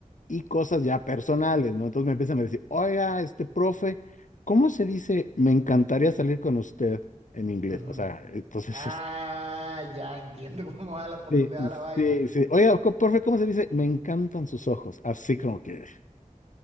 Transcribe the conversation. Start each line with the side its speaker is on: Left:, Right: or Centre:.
Left: y cosas ya personales, ¿no? Entonces me empiezan a decir, oiga, este profe, ¿cómo se dice? Me encantaría salir con usted en inglés.
Right: Ujú.
Left: O sea, entonces,
Right: Ah,
Left: <laughs> es-
Right: ya entiendo <laughs> cómo va la- por
Left: sí,
Right: dónde va la vaina.
Left: sí, sí. Oiga, co- profe, ¿cómo se dice? Me encantan sus ojos. Así como que...